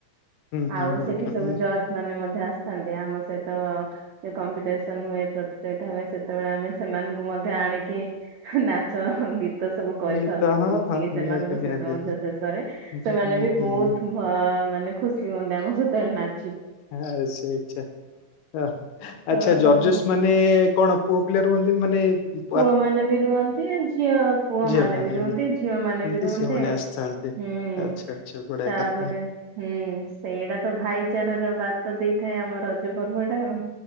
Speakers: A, on the left; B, on the right.
A: ହୁଁ ହୁଁ
B: ଆଉ
A: ହୁଁ ହୁଁ
B: ସେଠି
A: ହୁଁ
B: ସବୁ
A: ହୁଁ।
B: ଜଜ୍ ମାନେ ମଧ୍ୟ ଆସଥାନ୍ତି। ଆମ ସହିତ ଏ କମ୍ପିଟେସନ ହୁଏ, ପ୍ରତିଯୋଗିତା ହୁଏ, ସେତବଳେ ଆମେ ସେମାନଙ୍କୁ ମଧ୍ୟ ଆଣିକି, ହି ନାଚ, ହି ଗୀତ ତ ସବୁ କରିଥାଉ
A: ଗୀତ
B: ସବୁ
A: ହଁ
B: ମିଶିକି
A: ହଁ
B: ସେମାନଙ୍କ
A: ନିହାତି ନିହାତି।
B: ସହିତ ମଧ୍ୟ ଶେଷରେ।
A: ହୁଁ
B: ସେମାନେ
A: ହୁଁ
B: ବି
A: ହୁଁ
B: ବହୁତ ଭ ମାନେ ଖୁସି ହୁଅନ୍ତି, ଆମ ସହିତ ନାଚ
A: ହଁ, ଶୋଇଛି ଆଉ। ଓହୋ।
B: ତ
A: ଆଚ୍ଛା,
B: ସବୁ
A: ଜଜେସ୍ ମାନେ ନେ କଣ ପୁଅପିଲା ରୁହନ୍ତିନି ମାନେ ବୁ
B: ପୁଅମାନେ ବି ରୁହନ୍ତି, ଝିଅ ପୁଅମାନେ
A: ଝିଅ ମାନେ
B: ବି ରୁହନ୍ତି,
A: ଏବେ?
B: ଝିଅମାନେ
A: ଥାନ୍ତି
B: ବି ରୁହନ୍ତି
A: ସେମାନେ
B: ଆଉ।
A: ଆସିଥାନ୍ତି।
B: ହୁଁ।
A: ଆଚ୍ଛା ଆଚ୍ଛା ବଢିଆ
B: ତାପରେ
A: କଥା
B: ହୁଁ ସେଇଟାତ ଭାଇଚାରାର ବାତ ଦେଇଥାଏ ଆମ ରଜ ପର୍ବଟା ଆଉ